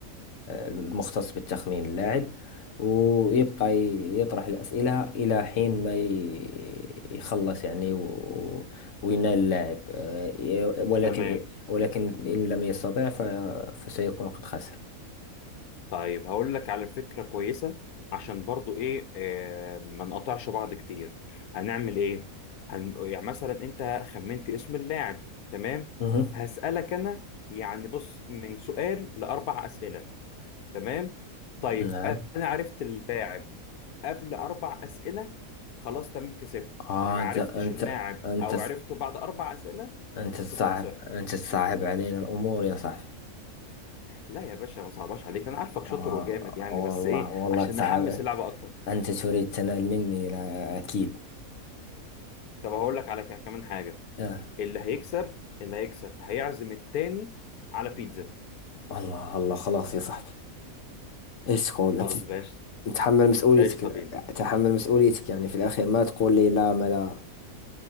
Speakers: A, on the left (about 60°); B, on the left (about 80°).
A: المختص بالتخمين اللاعب ويبقى ي- يطرح الأسئلة إلى حين ما ي- يخلص يعني وينال اللاعب آه، ولكن
B: تمام
A: ولكن إن لم يستطع ف- فسيكون قد خسر
B: طيب هقول لك على فكرة كويسة عشان برضو ايه آه ما نقطعش بعض كتير هنعمل ايه هن... يعني مثلا انت خمنت اسم اللاعب تمام
A: مهم.
B: هسألك انا يعني بص من سؤال لأربع أسئلة تمام طيب
A: نعم
B: انا عرفت اللاعب قبل أربع أسئلة خلاص تمام كسبت
A: آه
B: يعني ما
A: أنت
B: عرفتش
A: أنت
B: اللاعب
A: أنت
B: او عرفته بعد أربع أسئلة
A: أنت
B: هتبقى
A: تصعب
B: خسرت
A: أنت تصعب علينا الأمور يا صاحبي
B: لا يا باشا ما صعباش عليك انا عارفك
A: آه
B: شاطر وجامد يعني
A: والله
B: بس ايه
A: والله
B: عشان
A: تصعب
B: نحمس اللعبة اكتر
A: أنت تريد تنال مني لا أكيد
B: طب هقول لك على ك- كمان حاجه
A: آه
B: اللي هيكسب اللي هيكسب هيعزم التاني على بيتزا
A: الله الله خلاص يا صاحبي ايش تقول
B: طب
A: انت
B: باشا
A: تتحمل مسؤوليتك
B: قشطه بينا
A: تحمل مسؤوليتك يعني في الاخير ما تقول لي لا ما لا